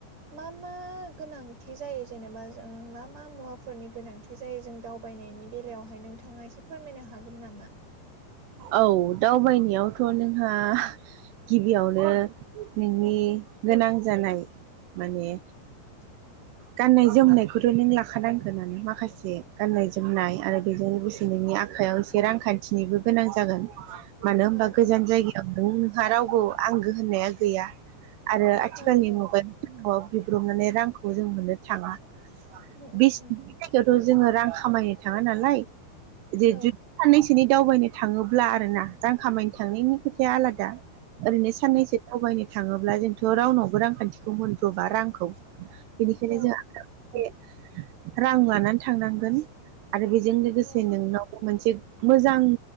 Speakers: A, on the right (about 40°); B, on the right (about 80°).
A: मा मा गोनांथि जायो जेनेबा जों मा मा मुवाफोरनि गोनांथि जख जायो जों दावबायनायनि बेलायावहाय नोंथाङा एसे फोरमायनो हागोन नामा
B: औ दावबायनायावथ' नोंहा गिबियावनो नोंनि गोनां जानाय माने
A: <inaudible>
B: गाननाय जोमनायखौथ' नों लाखानांगोनानो माखासे गाननाय जोमनाय आरो बेजों लोगोसे नोंनि आखायाव एसे रांखान्थि थिनोबो गोनां जागोन मानो होनबा
A: औ
B: गोजान
A: औ
B: जायगायाव नों नोंहा रावबो आंगो होननाया गैया आरो आथिखालनि
A: औ औ
B: मुगायावांगौआव बिब्रबनानै रांखौ जों मोननो थाङा
A: उम उम
B: बे जायगायावथ'
A: उम
B: जोङो रां खामायनो थाङा नालाय जे
A: औ
B: जुदि साननैसनि दावबायनो थाङोब्ला आर ना रां खामायनो थांनायनि खोथाया आलादा ओरैनो साननैसो
A: औ
B: दावबायनो थाङोब्ला जोंथ' रावनावबो रांखान्थिखौ मोनब्र'बा रांखौ बेनिखायनो
A: औ
B: जोंहा रां लानानै थांनांगोन आरो बेजों लोगोसे
A: औ
B: नोंनाव मोनसे मोजां